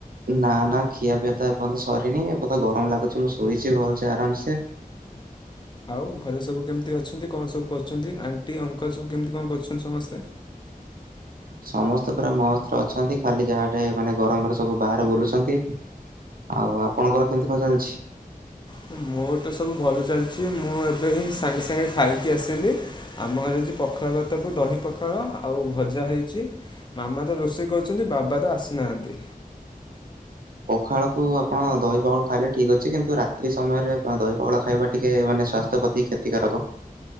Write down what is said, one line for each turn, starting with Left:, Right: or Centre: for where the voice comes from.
Right: ନା ନା ଖିଆ ପିଆ ତ ଏପନ୍ତ ସରିନି ଏପନ୍ତ ଗରମ୍ ଲାଗୁଛି ମୁଁ ଶୋଇଛି ଭଲ୍ସେ ଆରାମ୍ସେ।
Left: ଆଉ ଘରେ ସବୁ କେମିତି ଅଛନ୍ତି କଁ ସବୁ କରୁଛନ୍ତି ଆଣ୍ଟି ଅଙ୍କଲ ସବୁ କେମିତି କଣ କରୁଛନ୍ତି ସମସ୍ତେ?
Right: ସମସ୍ତେ ପୁରା ମସ୍ତରେ ଅଛନ୍ତି ଖାଲି ଯାହାଟେ ମାନେ ଗରମରେ ସବୁ ବାହାରେ ବୁଲୁଛନ୍ତି। ଆଉ ଆପଣଙ୍କର କେମିତି କଁ ଚାଲିଛି?
Left: ହଁ ମୋର ତ ସବୁ ଭଲ ଚାଲିଛି ମୁଁ ଏବେ ହିଁ ସାଙ୍ଗେ ସାଙ୍ଗେ ଖାଇକି ଆସିଲି। ଆମ ଘରେ ଆଜି ପଖାଳ ଭାତକୁ ଦହି ପଖାଳ ଆଉ ଭଜା ହେଇଚି ମାମା ତ ରୋଷେଇ କରୁଛନ୍ତି ବାବା ତ ଆସିନାହାନ୍ତି।
Right: ପଖାଳକୁ ଆପଣ ଦହି ପାଉଳ ଖାଇଲେ ଠିକ୍ ଅଛି କିନ୍ତୁ ରାତ୍ରି ସମୟରେ ଆପ ଦହି ପାଉଳ ଖାଇବା ଟିକେ ମାନେ ସ୍ୱା ସ୍ଥ୍ୟ ପତି କ୍ଷତିକାରକ।